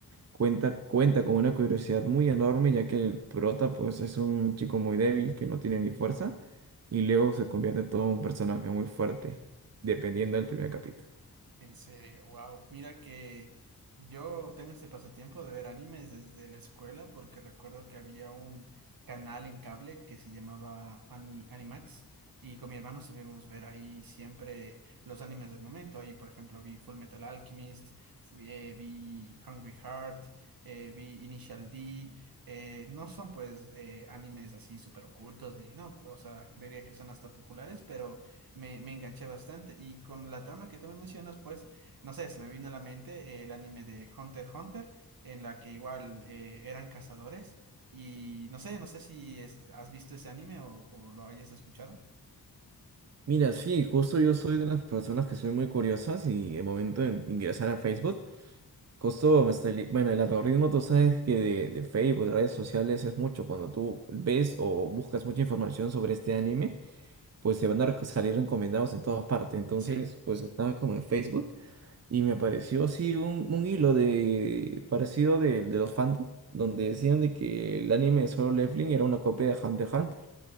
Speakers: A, on the right; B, on the right.
A: Cuenta, cuenta con una curiosidad muy enorme, ya que el prota pues es un chico muy débil que no tiene ni fuerza y luego se convierte en todo un personaje muy fuerte, dependiendo del primer capítulo.
B: En serio, wow. Mira que yo tengo este pasatiempo de ver animes desde la escuela porque recuerdo que había un canal en cable que se llamaba Ani- Animax y con mi hermano sabíamos ver ahí siempre los animes del momento. Ahí, por ejemplo, vi Full Metal Alchemist, vi, eh, vi Hungry Heart, eh, vi Initial D. eh, no son pues eh, animes así súper ocultos ni no, o sea, creería que son hasta populares, pero me, me enganché bastante. Y con la trama que tú me mencionas, pues, no sé, se me vino a la mente eh, el anime de Hunter x Hunter, en la que igual eh, eran cazadores. Y no sé, no sé si es- has visto ese anime o, o lo hayas escuchado.
A: Mira, sí, justo yo soy de las personas que soy muy curiosas y el momento de ingresar a Facebook, justo me salí, bueno, el algoritmo tú sabes que de, de Facebook, de redes sociales es mucho, cuando tú ves o buscas mucha información sobre este anime, pues se van a rec- salir recomendados en todas partes, entonces
B: Sí.
A: pues estaba como en Facebook. Y me apareció así un, un hilo de parecido de, de los fandom, donde decían de que el anime de Solo Leveling era una copia de Hunter x Hunter.